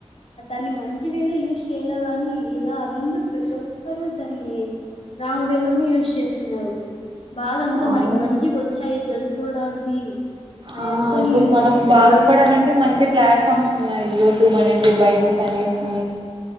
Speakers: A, on the left (about 60°); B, on the right (about 45°).
A: దాన్ని మంచి వేలో యూస్ చేయేలా గాని ఇలా అంద ప్రతి ఒ ఒక్కరు దాన్ని రాంగ్ వే లోనే యూస్ చేస్తున్నారు బాగన్ ఇంకా
B: అవును
A: మనకి మంచివొచ్చాయి తెలుసుకోవడానికి అని
B: ఆ
A: అనుకోని
B: ఇప్పుడు
A: యూ
B: మనం బాగుపడాలంటే
A: దాన్ని
B: మంచి ప్లాట్ఫార్మ్స్ ఉన్నాయి యూట్యూబ్ అనేసి బైజుస్ అనేసి